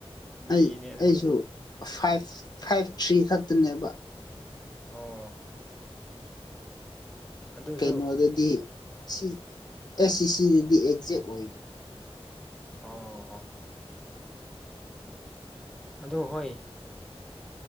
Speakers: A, in the centre; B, on the left.
A: ꯃꯤꯅꯦ
B: ꯑꯩ
A: ꯑꯗꯨ
B: ꯑꯩꯁꯨ ꯐꯥꯏꯚ ꯐꯥꯏꯚ ꯊ꯭ꯔꯤ ꯈꯛꯇꯅꯦꯕ
A: ꯑꯣꯥ ꯑꯗꯨꯁꯨ
B: ꯀꯩꯅꯣꯗꯗꯤ ꯁꯤ ꯑꯦꯁ ꯁꯤ ꯁꯤꯗꯗꯤ ꯑꯦꯛꯖꯦꯛ ꯑꯣꯏꯕ
A: ꯑ ꯑ ꯑꯗꯨ ꯍꯣꯏ